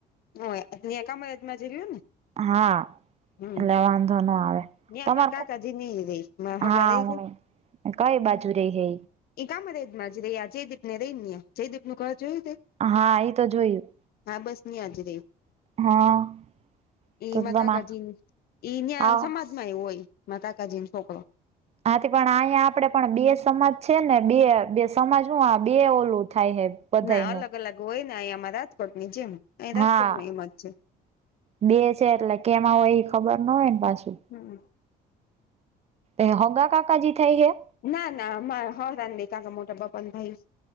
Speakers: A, on the left; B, on the right.
A: હોએ અહીંયા કામરાજમાં જ રિયુ ને.
B: હા
A: હમ
B: એટલે વાંધો નો આવે.
A: ત્યાં
B: તમાર
A: માર કાકાજી ને ઈ રેહ. માર હગા
B: હા
A: રે
B: હું
A: હે?
B: કઈ બાજુ રહી હે
A: ઈ કામરેજમાં રે આ જયદીપ ને રે ને ઇયા જયદીપનું ઘર જોયું તે?
B: હા ઈ તો જોયું.
A: હા બસ ન્યા જ રે.
B: હા
A: ઈ
B: તો
A: માર
B: તમે
A: કાકાજી ન ઈ ન્યા.
B: આવો
A: <unintelligible> હોય માર કાકાજીન છોકરો.
B: હા તે પણ આહીંયા આપડે પણ બે સમાજ છે ને બે બે સમાજ હું આ બે ઓલું થાય હે. બધાયનું
A: ના અલગ અલગ હોય ને અહીંયા અમાર રાજકોટની જેમ અહીં
B: હા
A: રાજકોટમાં એમ જ છે.
B: બે છે એટલે કેમાં હોય ઈ ખબર ના હોય ન પાછી.
A: હમ
B: એ હગા કાકાજી થાય હે?
A: ના ના અમાર હગા નહિ કાકા મોટા બાપાના ભઈ સે